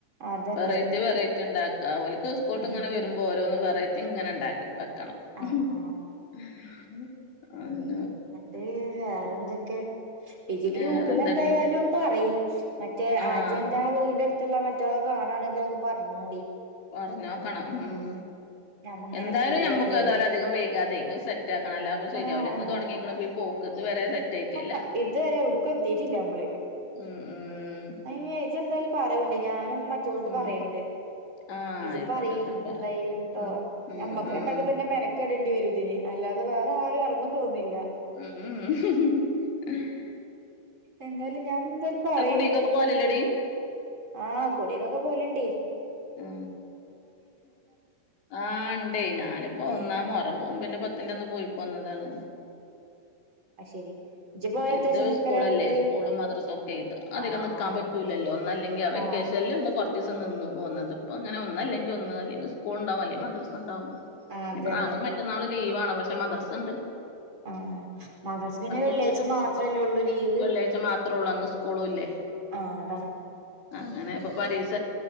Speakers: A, on the right; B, on the left.
A: അതന്നെ
B: വെറൈറ്റി വെറൈറ്റി ണ്ടാക്ക ഓൽക്‌ സ്കൂട്ട്
A: ഉം
B: ങ്ങനെ വെര്മ്പോ ഓരോന്ന് വെറൈ തിങ്ങനെ ഇണ്ടാക്കി വെക്കണം
A: ആഹ്
B: മ് ഹ്.. ഹ്.. അ.. ന്
A: ന്ന്ട്ട് വേറെന്ത്‌ക്കെ? ഇജി ഗ്രൂപ്പിലെന്തായാലും
B: വേറെന്തടി
A: പറയ് മറ്റേ
B: ആഹ്
A: ആ ജന്റെ വീട്ന്റെ ട് ഇതല്ല മറ്റളക്ക് ആണാണങ്കിലൊക്കെ പറഞ്ഞോടി
B: പർഞ്ഞോക്കണം ഉം..
A: നമ്മങ്ങനെ
B: എന്തായാലും
A: പോവല്ലേ
B: ഞമ്മകെ താലും അ തി അതികം വൈകാതെ അയ്സെറ്റാ ക്കണം അല്ലപയ് സെര്യവൂല്ല
A: ആഹ്
B: എന്ന് തൊടങ്ങിക്‌ണ് ഈ പോക്ക് ഇത് വരെ സെറ്റ് ആയിട്ടില്ല
A: ആ ഇതൊരെ എവ്ടുക്കു എത്തിട്ടില്ല മ്മള്
B: ഉം ഉം
A: അയിന് ഇജെന്തേലും പറോയോണ്ടി ഞാനും മറ്റോൾട്
B: ഉം
A: പറേണ്ട്
B: ആഹ്
A: ഇജും
B: ആയിക്കോട്ടെ
A: പറെയി
B: ഞാൻ പറ
A: ന്തായെലും ട്ടോ
B: ഉം ഉം
A: ഞമ്മക്ക്
B: ഉം
A: രണ്ടാകും തന്നെ മെനകെടേണ്ടി വരും ഇത് ന് അല്ലാതെ വേറാരും എറങ്ങും തോന്ന്ല്ല
B: ഉമ്
A: എന്താലും ഞാൻ എന്തായാലും പറയും
B: കുടീക്കൊക്കെ പോവലില്ലടി
A: ആഹ് കുടിക്കൊക്കെ പോലു ണ്ട്
B: ഉ ആ ഉണ്ടേ ഞാനിപ്പോ
A: ഏഹ്
B: ഒന്നാ മൊറ നോമ്പിന്റെ പത്ത് പിന്ന ഒന്ന് പോയി പോന്നതാണ്
A: അയ് ശരി ഇജ്ജ് പോയ എത്രീസം
B: ഇട്ട്
A: നിക്കലാ
B: സ്കൂളല്ലേ
A: വീട്ടില്
B: സ്കൂളും മദ്രസ ഒക്കെ ഇട്ട് അധികം
A: ആഹ്
B: നക്കാൻ പറ്റൂല്ലല്ലോ ഒന്നല്ലെങ്കിൽ അവ വെക്കേഷൻ
A: ആഹ്
B: ൽ ലിന്ന് കൊറ നിന്ന് പോകുന്നത് ഇപ്പോ അങ്ങനെ ഒന്ന അല്ലെങ്കിൽ ഒന്ന് അല്ലെങ്കിൽ സ്കൂൾ ഉണ്ടാവും അല്ലെങ്കിൽ മദ്രസ ഉണ്ടാവും
A: ആഹ് അതന്നെ
B: ഇപ്പൊ നാളെയും മറ്റന്നാള് ലീവാണ്. പക്ഷെ മദ്രസുണ്ട്.
A: ആഹ് മദ ർസ് പിന്നെ വെള്ളിയാഴ്ച
B: പറ്റൂല
A: മാത്രല്ലേള്ളു ലീവ്
B: വെള്ളിയാഴ്ച മാത്രേ ഉള്ളൂ അന്ന് സ്കൂളും ഇല്ലേ
A: ആഹ് അതാണ്
B: അങ്ങനെ ഇപ്പൊ പരീസ